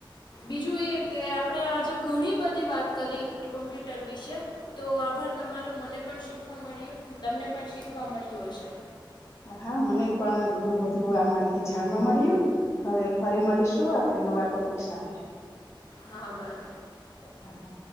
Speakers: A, on the left; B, on the left.
A: બીજું એ કે આપડે આજે ઘણી બધી વાત કરી કોમ્પ્યુટર વિશે તો આભાર તમારો મને પણ શીખવા મળ્યુ તમને પણ શીખવા મળ્યું હશે.
B: હા, મને પણ ઘણું બધું આમાંથી જાણવા મળ્યુ હવે ફરી મળીશું આપડ નવા ટોપિક સાથે
A: હા ભાઈ
B: હા હા